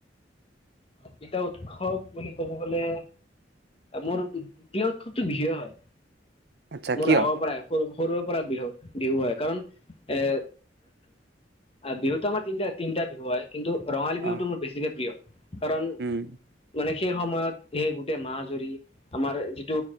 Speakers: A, on the left; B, on the right.
A: কবিতা উৎসৱ বুলি ক'ব গলে মোৰ প্ৰিয়ত খতো বিহু হয়
B: আচ্ছা
A: মোৰ
B: কিয়
A: আৰু পৰা এ সৰুৰে পৰা বিহু বিহু হয় কাৰণ এ অ বিহুতো আমাৰ তিনিটা তিনিটা বিহু হয় কিন্তু ৰঙালী বিহুটো
B: অ
A: মোৰ বেছিকৈ প্ৰিয় কাৰণ
B: উম
A: মানে সেই সময়ত সেই গোটেই মাহ জুৰি আমাৰ যিটো